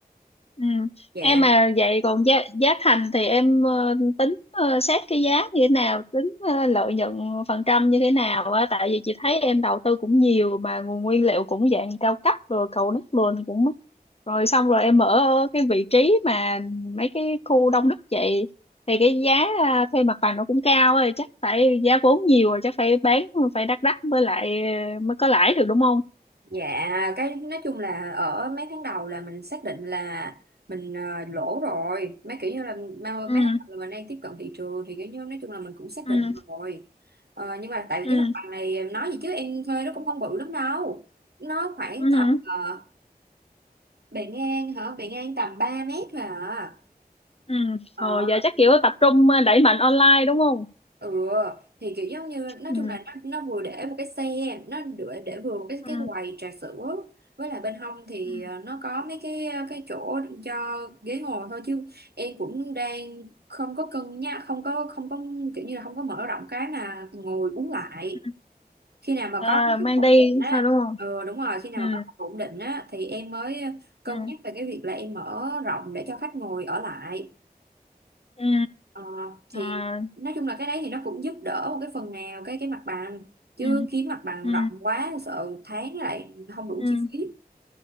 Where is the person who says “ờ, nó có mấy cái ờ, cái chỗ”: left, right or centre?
Right